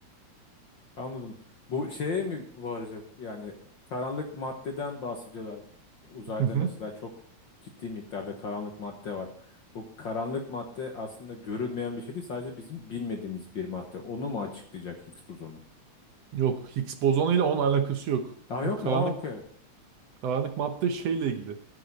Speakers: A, on the left; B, on the right.
A: Anladım. Bu şeye mi varacak? Yani karanlık maddeden bahsediyorlar. E, Uzayda
B: Hı hı.
A: mesela çok ciddi miktarda karanlık madde var. Bu karanlık madde aslında görülmeyen bir şey değil, sadece bizim bilmediğimiz bir madde. Onu mu açıklayacak Higgs bozonu?
B: Yok, Higgs bozonuyla onun alakası yok.
A: Aa
B: O
A: yok
B: karanlık
A: mu? Aa okey.
B: karanlık madde şeyle ilgili.